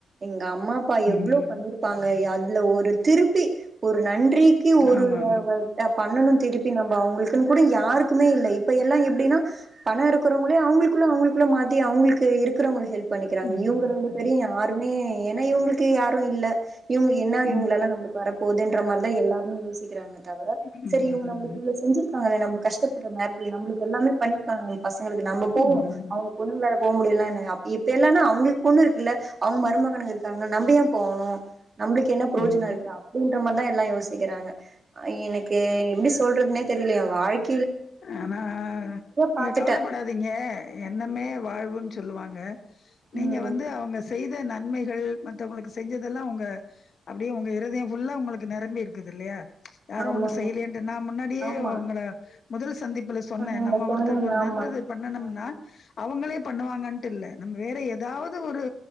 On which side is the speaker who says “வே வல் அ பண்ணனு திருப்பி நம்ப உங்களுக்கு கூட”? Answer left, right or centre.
Right